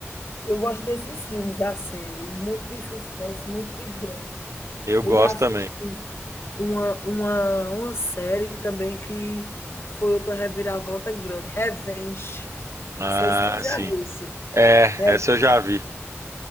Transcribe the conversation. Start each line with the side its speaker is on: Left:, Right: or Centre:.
Left: Eu gosto desses filmes assim, muito de suspense, muito de drama.
Right: Eu gosto
Left: Eu já assisti
Right: também.
Left: uma, uma, uma série também que foi outra reviravolta grande, Revenge.
Right: Ah,
Left: Não sei se tu já
Right: sim.
Left: visse.
Right: É,
Left: É,
Right: essa eu já vi.